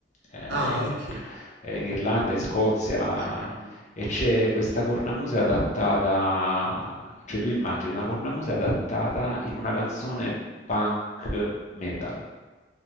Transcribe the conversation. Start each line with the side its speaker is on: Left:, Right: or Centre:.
Left: Eh,
Right: Ah, ok.
Left: è in Irlanda, in Scozia,
Right: Beh, carino.
Left: e c'è questa cornamusa adattata, cioè tu immagini una cornamusa adattata in una canzone punk metal.